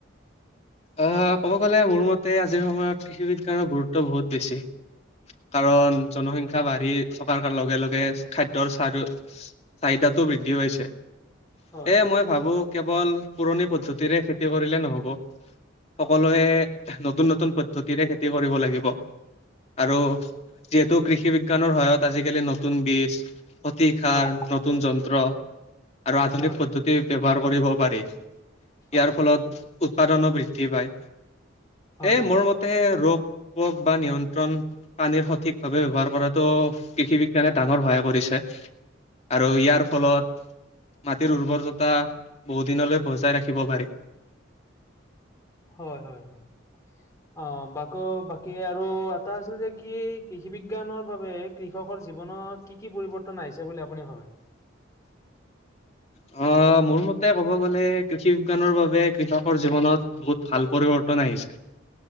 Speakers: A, on the left; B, on the left.
A: অঁ ক'ব গ'লে মোৰ মতে আজিৰ সময়ত কৃষি বিজ্ঞানৰ গুৰুত্ব বহুত বেছি কাৰণ
B: অ
A: জনসং খ্যা বাঢ়ি থকাৰ লগে লগে খাদ্যৰ চাৰ চাহিদাতো বৃদ্ধি হৈছে।
B: হয়
A: এ মই ভাবো কেৱল পুৰণি পদ্ধতিৰে খেতি কৰিলে নহব। সকলোৱে
B: হয়
A: নতুন নতুন পদ্ধতিৰে খেতি কৰিব লাগিব।
B: হয়
A: আৰু
B: হয়
A: যিহেতু কৃষি বিজ্ঞানৰ সহায়ত আজিকালি নতুন বীজ অতি সাৰ,
B: হয়
A: নতুন যন্ত্ৰ আৰু আধুনিক
B: হয় হয়
A: পদ্ধতিৰ ব্যৱহাৰ কৰিব পাৰি।
B: হয়
A: ইয়াৰ ফলত উৎপাদনো বৃদ্ধ বৃদ্ধি পায়।
B: হয়
A: এই মোৰ মতে ৰোগ পোৱগ বা নিয়ন্ত্ৰণ, পানীৰ সঠিক ভাৱে ব্যৱহাৰ কৰাতো কৃষি বিজ্ঞানে ডাঙৰ সহায় কৰি ছে আৰু ইয়াৰ ফলত মাটিৰ উৰ্বৰতা বহু দিনলৈ বজাই ৰাখিব পাৰি।
B: হয় হয় হয়। অঁহ বাক বাকী আৰু এটা আছিল যে কি কৃষি বিজ্ঞান বিজ্ঞানৰ বাবে কৃষকৰ জীৱনত কি কি পৰিৱৰ্তন আহিছে বুলি আপুনি ভাবে?
A: অহ অহ মোৰ মতে ক'ব গ'লে কৃষি বিজ্ঞানৰ বাবে কৃষকৰ জীৱনত বহুত ভাল পৰিৱৰ্তন আহিছে।